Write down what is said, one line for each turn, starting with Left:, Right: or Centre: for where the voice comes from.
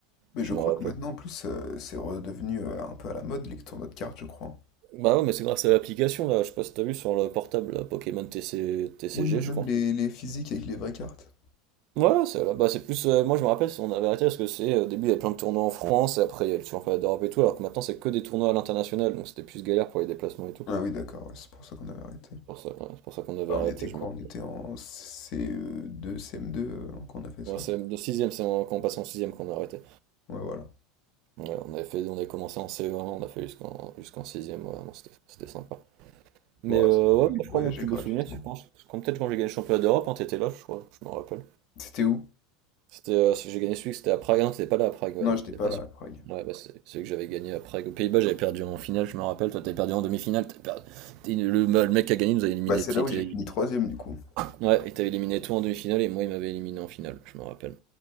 Left: Mais
Right: Je
Left: je crois
Right: me rappelle.
Left: que maintenant, en plus, euh, c'est redevenu euh, un peu à la mode, les tournois de cartes, je crois.
Right: Bah non mais c'est grâce à l'application là, je sais pas si t'as vu sur le portable là, Pokémon TC... TCG,
Left: Oui, mais même
Right: je crois.
Left: les, les physiques avec les vraies cartes.
Right: Ouais, c'est là. Bah c'est plus. euh, moi je me rappelle, on avait arrêté parce que c'est. euh, Au début il y avait plein de tournois en France et après il y a le championnat d'Europe et tout, alors que maintenant c'est que des tournois à l'international donc c'était plus galère pour les déplacements et tout.
Left: Ah oui, d'accord, ouais, c'est pour ça qu'on avait arrêté.
Right: C'est pour ça, ouais, c'est pour ça qu'on avait
Left: Bah,
Right: arrêté,
Left: on était quoi?
Right: je me rappelle.
Left: On était en CE2, CM2, euh, quand on a fait ça.
Right: Ouais, c'est le sixième c'est en- quand on passe en sixième qu'on a arrêté.
Left: Ouais, voilà.
Right: Ouais, on avait fait, on avait commencé en CE1, on a fait jusqu'en jusqu'en sixième ouais, non, c'était c'était sympa. Mais
Left: Bon,
Right: euh,
Left: ça m'a
Right: ouais,
Left: permis
Right: moi,
Left: de
Right: je
Left: voyager
Right: crois mon plus
Left: gratuitement.
Right: beau souvenir, c'est je pense. Quand peut-être quand j'ai gagné le championnat d'Europe, hein, t'étais là, je crois, je me rappelle.
Left: C'était où?
Right: C'était, euh, celui que j'ai gagné celui que c'était à Prague. Ah Non, t'étais pas là à Prague, ouais,
Left: Non,
Right: non,
Left: j'étais
Right: t'étais
Left: pas
Right: pas
Left: là
Right: sûr.
Left: à Prague.
Right: Ouais, bah, c'est celui que j'avais gagné à Prague. Aux Pays-Bas, j'avais perdu en finale, je me rappelle. Toi, t'avais perdu en demi-finale. t'as perdu- t'es- Le, bah, le mec qui a gagné nous a éliminé.
Left: Bah, c'est là
Right: il
Left: où
Right: t'a
Left: j'ai
Right: éliminé.
Left: fini troisième, du coup.
Right: Ouais, il t'avait éliminé toi en demi-finale et moi, il m'avait éliminé en finale, je me rappelle.